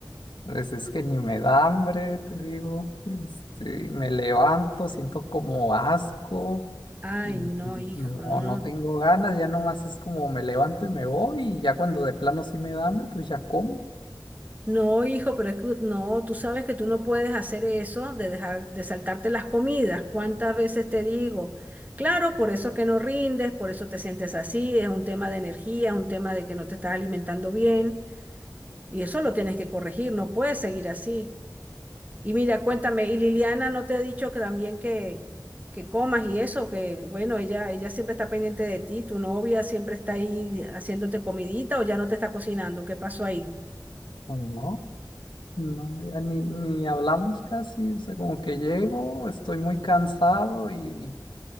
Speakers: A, on the left; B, on the right.
A: pues es que ni me da hambre, te digo. Este, me levanto, siento como asco
B: Ay,
A: y
B: no,
A: y
B: hijo,
A: no,
B: no.
A: no tengo ganas, ya nomás es como me levanto y me voy y ya cuando de plano sí me da hambre, pues ya como.
B: No, hijo, pero es que no, tú sabes que tú no puedes hacer eso de dejar de saltarte las comidas. ¿Cuántas veces te digo? Claro, por eso es que no rindes, por eso te sientes así, es un tema de energía, es un tema de que no te estás alimentando bien y eso lo tienes que corregir, no puedes seguir así. Y mira, cuéntame, ¿y Liliana no te ha dicho que también que que comas y eso, que bueno, ella ella siempre está pendiente de ti, tu novia siempre está ahí haciéndote comidita o ya no te está cocinando? ¿Qué pasó ahí?
A: <laughs> No, ya ni, ni hablamos casi, o sea, como que llego, estoy muy cansado y,